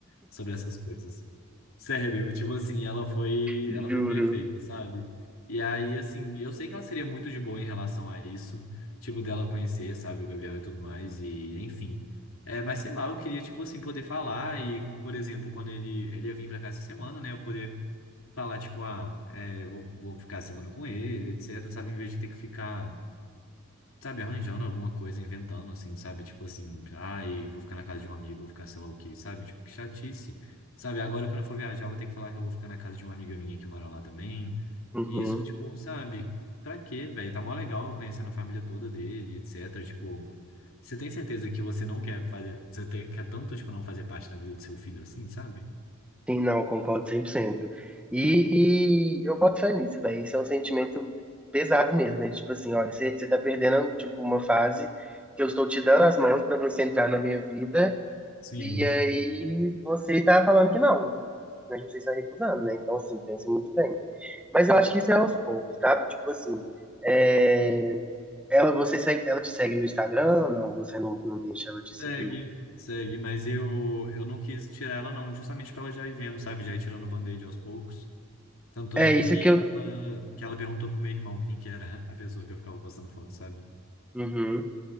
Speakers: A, on the left; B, in the centre.
A: sobre essas coisas. Sério, tipo assim, ela foi,
B: Juro.
A: ela foi perfeita, sabe? E aí, assim, eu sei que ela seria muito de boa em relação a isso, tipo, dela conhecer, sabe, o Gabriel e tudo mais, e enfim. É, mas sei lá, eu queria, tipo assim, poder falar e, por exemplo, quando ele, ele ia vir pra cá essa semana, né, eu poder falar, tipo, ah, é, vou, vou ficar a semana com ele, etc, sabe, em vez de ter que ficar sabe, arranjando alguma coisa, inventando, assim, sabe? Tipo assim, ai, vou ficar na casa de um amigo, vou ficar sei lá o quê, sabe? Tipo, que chatice. Sabe, agora quando eu for viajar, eu vou ter que falar que eu vou ficar na casa de uma amiga minha que mora lá também.
B: Uhum.
A: E isso, tipo, sabe? Pra quê, velho? Tá mó legal eu conhecendo a família toda dele, etc. Tipo, você tem certeza que você não quer fazer, você te- quer tanto, tipo, não fazer parte da vida do seu filho assim, sabe?
B: Sim, não, concordo cem por cento. E, e eu boto fé nisso, velho. Isso é um sentimento pesado mesmo, né? Tipo assim, olha, você você tá perdendo, tipo, uma fase que eu estou te dando as mãos pra você entrar na minha vida,
A: Sim,
B: e aí você tá falando que não. Mas você está recusando, né? Então, assim, pense muito bem. Mas eu acho que isso é aos poucos, sabe? Tipo assim, é, ela, você segue, ela te segue no Instagram? Não, você não, não deixa ela te seguir.
A: segue, segue, mas eu eu não quis tirar ela não, justamente pra ela já ir vendo, sabe? Já ir tirando o band-aid aos poucos. Tanto
B: É
A: é
B: isso
A: que
B: que eu.
A: ela, que ela perguntou pro meu irmão quem que era a pessoa que eu ficava postando foto, sabe?
B: Uhum.